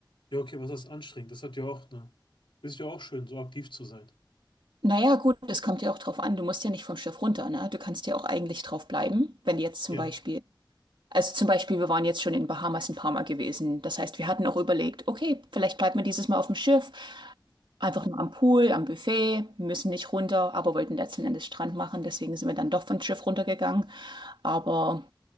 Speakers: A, on the left; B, on the right.
A: ja, okay, was ist anstrengend? Das hat ja auch eine, ist ja auch schön, so aktiv zu sein.
B: Naja, gut, das kommt ja auch drauf an. Du musst ja nicht vom Schiff runter, ne? Du kannst ja auch eigentlich drauf bleiben, wenn jetzt zum
A: Ja,
B: Beispiel. Also zum Beispiel, wir waren jetzt schon in Bahamas ein paar Mal gewesen. Das heißt, wir hatten auch überlegt, okay, vielleicht bleibt man dieses Mal auf dem Schiff. Einfach nur am Pool, am Buffet, müssen nicht runter, aber wollten letzten Endes Strand machen. Deswegen sind wir dann doch vom Schiff runtergegangen. Aber